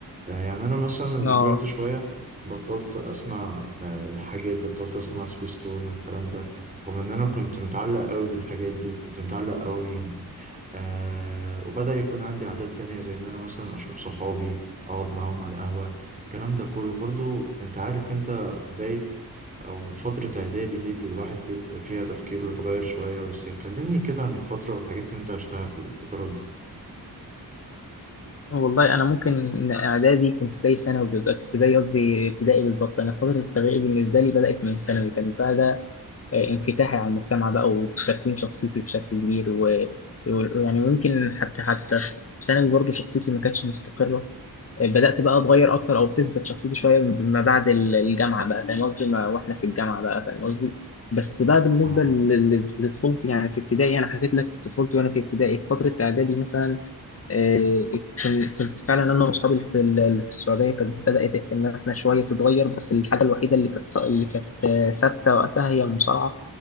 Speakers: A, on the right; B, on the left.
A: آه، يعني انا مثلا لما
B: آه
A: كبرت شوية بطلت اسمع آه، الحاجات بطلت اسمع سبيستون والكلام ده رغم ان انا كنت متعلق قوي بالحاجات دي وكنت متعلق قوي آه وبدأ يكون عندي عادات تانية زي إن أنا مثلا أشوف صحابي أقعد معاهم على القهوة الكلام ده كله برضو أنت عارف أنت بداية أو فترة إعدادي دي, دي الواحد بيبدأ فيها تفكيره ويتغير شوية ويصير كلمني كده عن الفترة والحاجات اللي أنت عشتها في الفترات دي
B: والله أنا ممكن إن إعدادي كنت زي ثانوي بالظبط كنت زي قصدي ابتدائي بالظبط أنا فترة التربية بالنسبة
A: مم.
B: لي بدأت من ثانوي كان بقى ده آه، انفتاحي على المجتمع بقى وتكوين شخصيتي بشكل كبير و- و- ويعني ويمكن حتى حتى في ثانوي برضه شخصيتي ما كانتش مستقرة بدأت بقى اتغير اكتر او بتثبت شخصيتي شويه ما بعد ال- الجامعه بقى فاهم قصدي ما- واحنا في الجامعه بقى فاهم قصدي بس بقى بالنسبه
A: آه
B: لل- لل- لطفولتي يعني في ابتدائي انا حكيت لك طفولتي وانا في ابتدائي في فتره اعدادي مثلا آه، كن- كنت فعلا انا واصحابي اللي في ال- اللي في السعوديه كانت بدات اهتماماتنا شويه تتغير بس الحاجه الوحيده اللي كانت اللي كانت آه، ثابته وقتها هي المصارعه